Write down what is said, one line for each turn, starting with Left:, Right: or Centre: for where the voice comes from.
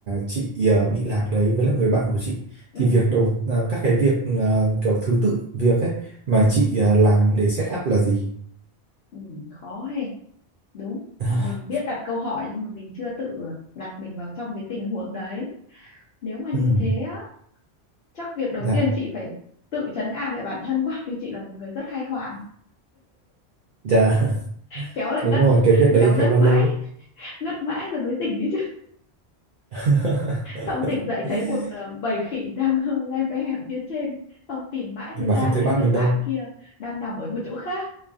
Right: chị ờ, bị lạc đấy với lại người bạn của chị
Left: ừ
Right: thì việc đầu ờ, các cái việc ờ, kiểu thứ tự việc ấy mà
Left: ừ,
Right: chị ờ, làm để set up là gì?
Left: ừ khó hề đúng
Right: <laughs>
Left: mình biết đặt câu hỏi nhưng mà mình chưa tự đặt mình vào trong cái tình huống đấy nếu mà như
Right: Ừm,
Left: thế á chắc việc đầu
Right: dạ,
Left: tiên chị phải tự trấn an lại bản thân quá vì chị là một người rất hay hoảng
Right: dạ,
Left: khéo lại
Right: đúng
Left: ngất
Right: rồi, cái việc đấy
Left: khéo ngất
Right: khéo là
Left: mãi
Right: lâu ấy.
Left: ngất mãi rồi mới tỉnh ý
Right: <laughs>
Left: xong tỉnh dậy thấy một ờ, bầy khỉ đang <laughs> le ve ở phía trên xong tìm mãi mới
Right: Mà
Left: ra
Right: không thấy
Left: cái
Right: bạn
Left: người
Right: mình
Left: bạn
Right: đâu.
Left: kia đang nằm ở một chỗ khác